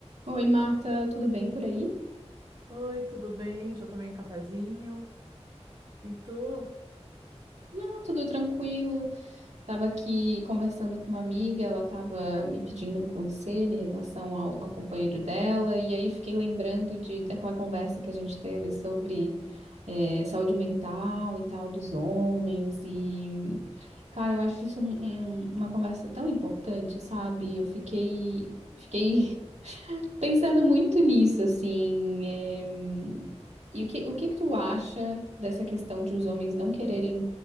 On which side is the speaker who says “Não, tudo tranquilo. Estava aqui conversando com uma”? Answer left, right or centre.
Right